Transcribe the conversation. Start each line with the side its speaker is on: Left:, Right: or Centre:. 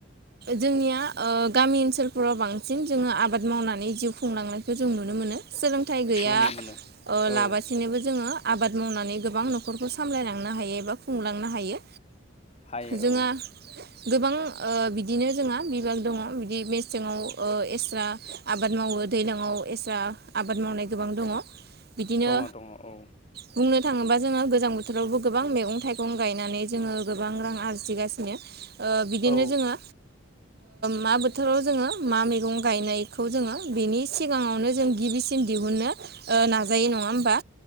Right: जोंनिया गामि ओनसोलफोराव बांसिन जोङो आबाद मावनानै जिउ खुंलांनायखौ जों नुनो मोनो। सोलोंथाइ गैया
Left: मोनो मोनो औ
Right: लाबासिनो। बिथिनोबो जोङो आबाद मावनानै गोबां न'खरखौ सामलायलांनो हायो एबा। खुंलांनो हायो
Left: हायो
Right: जोंहा
Left: औ
Right: गोबां बि बिदिनो जोंहा बिबाग दङ बिदि मेसेङाव एक्सट्रा आबाद मावो दैज्लाङाव एक्सट्रा आबाद मावनाय गोबां दङ बिदिनो।
Left: दङ दङ औ
Right: बुंनो थाङोबा जोङो गोजां बोथोरावबो गोबां मैगं थाइगं गायनानै जोङो गोबां रां आरजिगासिनो। बिनो बिदिनो
Left: औ
Right: जोङो। मा बोथोराव जोङो मा मैगं गायनायखौ जोङो बेनि सिगाङावनो जों गिबि थम दिहुनो नाजायो नङा होमबा